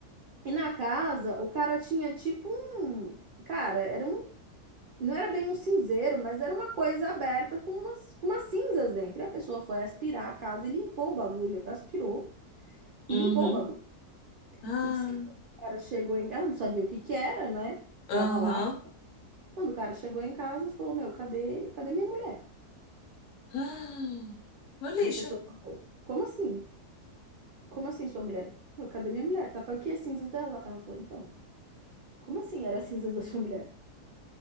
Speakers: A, on the right; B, on the left.
A: E na casa, o cara tinha tipo um. Cara, era um. Não era bem um cinzeiro, mas era uma coisa aberta com umas, com umas cinzas dentro. E a pessoa foi aspirar a casa e limpou o bagulho. Aspirou
B: Uhum.
A: e limpou o bagulho.
B: Ah,
A: E disse que quando o cara chegou em casa, ela não sabia o que que era, né?
B: aham.
A: Tava lá. Quando o cara chegou em casa, falou: Meu, cadê, cadê minha mulher?
B: Ah, no lixo.
A: E a pessoa falou: Como assim? Como assim, sua mulher? "Não, Cadê minha mulher? Tava aqui as cinzas dela. Ela falou: Então, como assim era as cinzas da sua mulher?